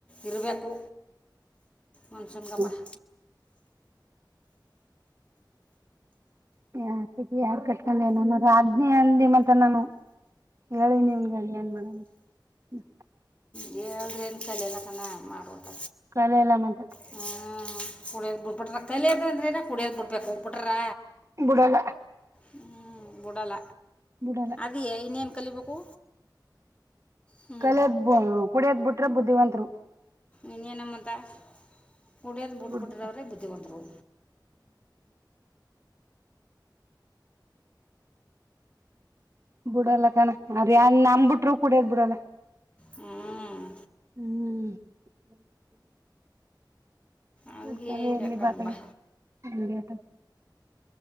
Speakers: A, on the left; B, on the right.
A: ಇರಬೇಕು ಮನುಷ್ಯನ್ಗ ಬ
B: ಹ್ಮ ಯ ಸಿ ಯಾರ್ ಕಟ್ ನತ್ರ ಹದ್ನೇ ಹಂದಿ ಮತ್ತ ನಾನು ಹೇಳಿ ನೀವಗ ಏನ್ ಮಾಡೇಡಮ್ ಹ್ಮ
A: ನೀವ್ ಹೇಳ್ರಿ ಅಂತ ಡೈಲಾಗ್ ಚೆನ್ನಾಗಿ ಮಾಡೋದ
B: ಕಲಿಯಲ್ಲ ಮತ್ತ
A: ಹ್ಞ ಕುಡಿಯದ ಬುಡ್ಬಟ್ಟ ರ ತಲೆದ ಅಂದ್ರನ ಕುಡಿಯೋದ ಬಿಡ್ಬೇಕು ಹೋಗ್ಬಿಟ್ರ
B: ಬಿಡಲ್ಲ
A: ಹ್ಮ್ ಬಿಡಲ
B: ಬಿಡಲ್ಲ
A: ಅದೆಯೇ ಇನ್ನ ಕಲಿಬೇಕು ಹ್ಞೂ
B: ಕಲೆದ ಕುಡಿಯದ್ಬಿಟ್ಟು ಬುದ್ಧಿವಂತತ್ರು
A: ಇನ್ನೇನು ಮತ್ತೆ ಕುಡಿಯದ್ ಬಿಟ್ಬಿಟ್ಟಿದವರೆ
B: ಬಿಡ್ಬೇಕ
A: ಬುದ್ಧಿವಂತರು
B: ಬುಡಲ್ಲ ಕಣ ಅವ್ರು ನನ್ ಬಿಟ್ರು ಕುಡಿಯೋದು ಬಿಡಲ್ಲ
A: ಹ್ಞೂ
B: ಹ್ಮ್ <unintelligible>
A: ಹಂಗೆ
B: ಕುಡ್ಕೊಂಡೆ ಇರ್ಲಿ ಬಾಹತೆ
A: ಬಾ
B: ಹೆಂಗೆ ಅತಾಗ